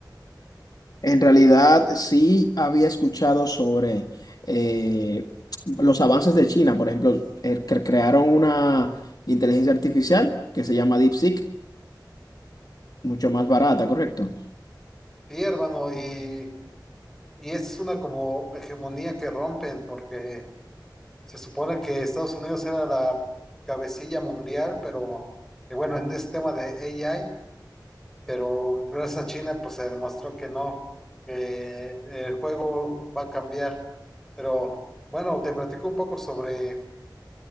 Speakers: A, on the left; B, in the centre.
A: En realidad sí había escuchado sobre eh, los avances de China, por ejemplo, el que crearon una inteligencia artificial que se llama DeepSeek, mucho más barata, ¿correcto?
B: Sí, hermano, y, y es una como hegemonía que rompen, porque se supone que Estados Unidos era la cabecilla mundial, pero que bueno, en ese tema de AI, pero gracias a China, pues se demostró que no, que el juego va a cambiar. Pero bueno, te platico un poco sobre,